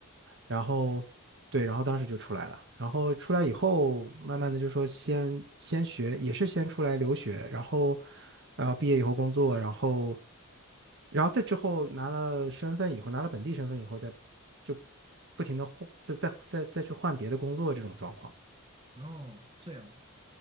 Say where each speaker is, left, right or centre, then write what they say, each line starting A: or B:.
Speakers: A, on the right; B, on the right.
A: 然后对，然后当时就出来了。然后出来以后，慢慢的就说先先学，也是先出来留学，然后然后毕业以后工作，然后然后再之后拿了身份以后，拿了本地身份以后，再就不停的换，再再再再去换别的工作这种状况。
B: 哦，这样子，